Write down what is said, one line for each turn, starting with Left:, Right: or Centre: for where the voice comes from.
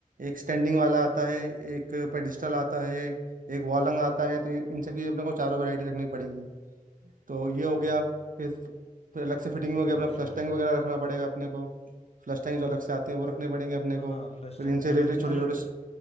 Right: एक स्टैंडिंग वाला
Left: हम्म,
Right: आता है एक पेडिस्टल आता है एक वॉलंग आता है तो ये- इन सब की अपने को चारों वैरायटी रखनी पड़ेगी तो ये हो
Left: हाँ
Right: गया
Left: हाँ
Right: फिर फिर अलग से फिटिंग
Left: सारा
Right: में हो गया
Left: वेरायटी
Right: अपना फ्लश
Left: रंग
Right: टैंक
Left: लगे
Right: वगैरह रखना पड़ेगा अपने को फ्लश टैंक जो अलग से आते हैं वो रखने पड़ेंगे अपने
Left: हाँ
Right: को
Left: हाँ फ्लश
Right: फिर
Left: टैंक
Right: इनसे
Left: अलग
Right: रिलेटेड
Left: से
Right: छोटे
Left: अलग
Right: छोटे
Left: से